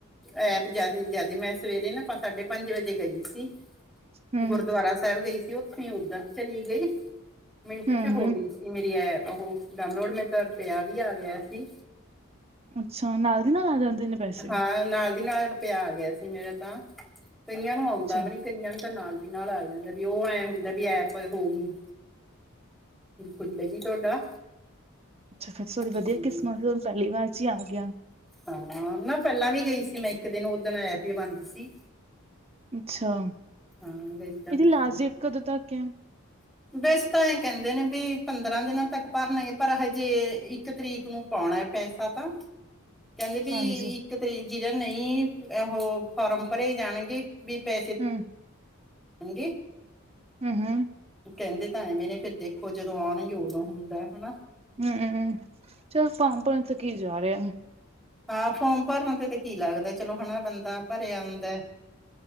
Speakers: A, in the centre; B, on the right (about 30°).
A: ਐਪ ਜਿਆਦਾ ਜ਼ਿਆਦਾ ਮੈਂ ਸਵੇਰੇ ਨਾ ਸਾਢੇ ਪੰਜ ਵਜੇ ਗਈ ਸੀ???
B: ਹੂੰ
A: <unintelligible> ਗੁਰਦੁਆਰਾ ਸਾਹਿਬ ਗਈ ਸੀ ਉੱਥੋਂ ਉਧਰ ਚਲੀ ਗਈ, ਮਿੰਟ
B: ਹੂੰ
A: ਚ
B: ਹੂੰ
A: ਹੋ ਗਈ ਸੀ ਮੇਰੀ ਐ ਉਹ ਡਾਮਲੋਡ ਮੇ ਤਾਂ ਰੁਪਇਆ ਵੀ ਆ ਗਿਆ ਸੀ
B: ਅੱਛਾ, ਨਾਲ ਦੀ ਨਾਲ ਆ ਜਾਂਦੇ ਨੇ ਪੈਸੇ
A: ਹਾਂ ਨਾਲ ਦੀ ਨਾਲ ਰੁਪਿਆ ਆ ਗਿਆ ਸੀ ਮੇਰਾ ਤਾਂ, ਕਈਆਂ ਨੂੰ ਆਉਂਦਾ
B: ਅੱਛਾ
A: ਵੀ ਨਹੀਂ। ਕਈਆਂ ਤਾਂ ਨਾਲ ਵੀ ਨਾਲ ਆ ਜਾਂਦਾ ਵੀ ਉਹ ਐਂ ਹੁੰਦਾ ਵੀ ਐਪ ਹੋ ਗਈ ਖੁੱਲਗੀ ਤੁਹਾਡਾ
B: ਅੱਛਾ ਫਿਰ ਤੁਹਾਡੀ ਵਧੀਆ
A: ਹੂੰ,
B: ਕਿਸਮਤ ਪਹਿਲੀ ਵਾਰ ਚ ਹੀ ਆ ਗਿਆ
A: ਹਾਂ, ਨਾ ਪਹਿਲਾਂ ਵੀ ਗਈ ਸੀ ਮੈਂ ਇੱਕ ਦਿਨ ਉਦਣ ਐਪ ਬੰਦ ਸੀ
B: ਅੱਛਾ,
A: ਹਾਂ ਗਈ ਤਾਂ
B: ਇਹਦੀ
A: ਮੈਂ ਇੱਕ
B: ਲਾਸਟ
A: ਦਿਨ
B: ਡੇਟ ਕਦੋਂ ਤੱਕ
A: <inaudible> ਵੈਸੇ ਤਾਂ ਇਹ ਕਹਿੰਦੇ ਨੇ ਵੀ ਪੰਦਰਾਂ ਦਿਨਾਂ ਤੱਕ ਭਰਲਾਂਗੇ ਪਰ ਹਜੇ ਇੱਕ ਤਰੀਕ ਨੂੰ ਪਾਉਣਾ ਪੈਸਾ ਤਾਂ ਕਹਿੰਦੇ ਵੀ
B: ਹਾਂਜੀ
A: ਇੱਕ ਤਰੀਕ ਜਿਹੜਾ ਨਹੀਂ ਉਹ ਫਾਰਮ ਭਰੇ ਜਾਣਗੇ ਵੀ ਪੈਸੇ
B: ਹਮ
A: ਹਾਂਜੀ
B: ਹਮ -ਹਮ
A: ਕਹਿੰਦੇ ਤਾਂ ਐਵੇਂ ਨੇ ਫਿਰ ਦੇਖੋ ਜਦੋਂ ਆਉਣਗੇ ਉਦੋਂ ਹੁੰਦਾ ਹਨਾ
B: ਹਮ -ਹਮ ਚਲ ਫਾਰਮ ਭਰਨ ਤੇ ਕੀ ਜਾ ਰਿਹਾ
A: ਹਾਂ ਫੋਮ ਭਰਨ ਤੇ ਤੇ ਕੀ ਲੱਗਦਾ ਚਲੋ ਹਣਾ ਬੰਦਾ ਭਰਿਆ ਆਉਂਦਾ